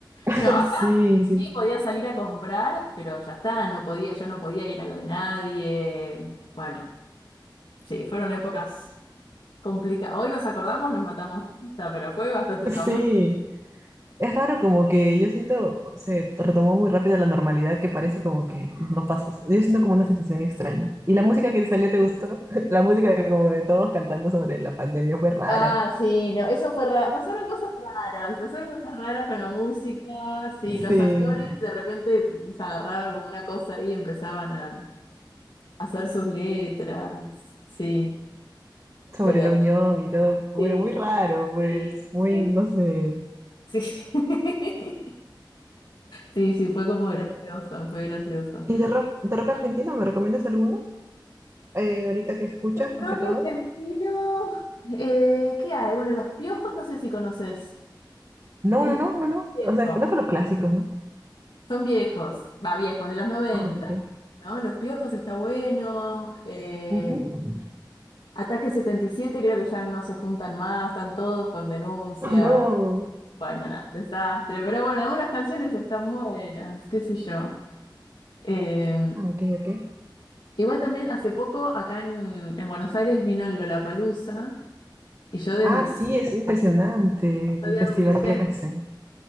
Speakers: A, on the right (about 35°); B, on the left (about 80°).
A: <laughs>
B: No, acá
A: Sí, sí,
B: sí podía salir a comprar, pero ya está, no podía, yo no podía ir a lo de nadie. Bueno, sí, fueron épocas complicadas. Hoy nos acordamos, nos matamos de risa, pero fue bastante
A: sí.
B: traumático.
A: Es raro como que yo siento, se retomó muy rápido la normalidad que parece como que no pasas. Yo siento como una sensación extraña. ¿Y la música que salió te gustó? <laughs> La música de como de todos cantando sobre la pandemia fue rara.
B: Ah, sí, no, eso fue raro. Pasaron cosas raras, pasaron cosas raras con la música, sí, los
A: Sí.
B: actores de repente se agarraba como una cosa y empezaban a hacer sus letras, sí,
A: Sobre
B: pero
A: la unión y todo. Bueno,
B: sí,
A: muy raro, pues.
B: sí,
A: Muy,
B: sí.
A: no sé.
B: Sí, <laughs> sí, sí, fue como gracioso, fue gracioso.
A: ¿Y de rock, de rock argentino me recomiendas alguno? eh, ahorita que escuchas,
B: Rock
A: más que todo?
B: argentino, eh, ¿qué hay? Bueno, los piojos no sé si conoces.
A: No,
B: Es
A: no, no, no, no.
B: viejo.
A: O sea, no con los clásicos, ¿no?
B: Son viejos, va, viejos, de los noventa,
A: Ah, ok.
B: ¿no? Los piojos está bueno. eh,
A: Ujú.
B: Ataque 77, creo que ya no se juntan más, están todos con denuncias.
A: <laughs> no.
B: Bueno, nada, desastre. Pero bueno, algunas canciones están buenas, qué sé yo. Eh,
A: Ah, ok, ok.
B: Igual también hace poco acá en, en Buenos Aires vino el Lollapalooza y yo desde
A: Ah, sí,
B: que
A: es impresionante
B: soy
A: el festival
B: adolescente
A: que hacen.